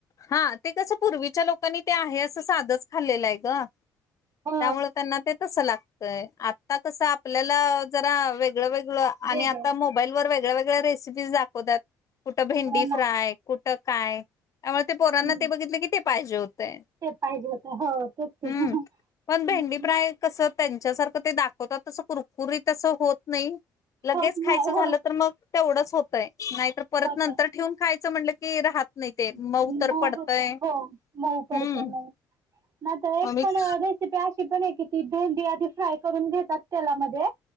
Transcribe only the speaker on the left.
हा ते कसं पूर्वीच्या लोकांनी ते आहे, असं साधच खाल्लेलंय ग.
त्यामुळे त्यांना ते तस लागतय. आता कस आपल्याला जरा वेगळ वेगळ. आणि
आता मोबाईल वर वेगळ्या वेगळ्या रेसिपीज दाखवतात. कुठं भेंडी
फ्राय, कुठं काय. त्यामुळे ते पोरांना
ते बघितलं की ते पाहिजे होत. नाही ते.
हम्म, पण
भेडी प्राय कस त्यांच्यासारखं ते दाखवतात. तस कुरकुरी तसं होत नाही. लगेच
खायचं
झालं तर मग तेवढंच होतय, नाही तर परत
नंतर ठेऊून खायचं म्हटलं की राहत नाही ते
तर पडतंय
हम्म
अमित